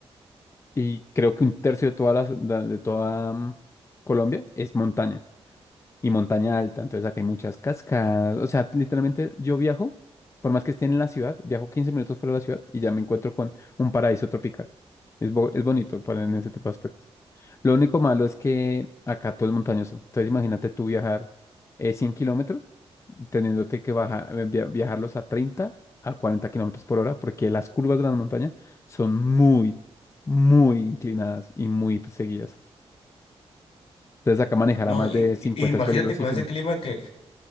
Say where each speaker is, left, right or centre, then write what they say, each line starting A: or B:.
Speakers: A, on the left (about 25°); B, on the left (about 75°).
A: y creo que un tercio de toda la, de toda mm, Colombia es montaña. y montaña alta, entonces acá hay muchas cascadas, o sea, literalmente yo viajo, por más que esté en la ciudad, viajo 15 minutos fuera de la ciudad y ya me encuentro con un paraíso tropical. Es, bo- es bonito para en ese tipo de aspectos. Lo único malo es que acá todo es montañoso, entonces imagínate tú viajar eh, 100 kilómetros, teniéndote que baja- eh, via- viajarlos a 30 a 40 kilómetros por hora, porque las curvas de la montaña son muy, muy inclinadas y muy seguidas. Entonces acá manejar
B: No,
A: a más
B: y,
A: de 50
B: y- imagínate
A: es peligrosísimo.
B: con ese clima que,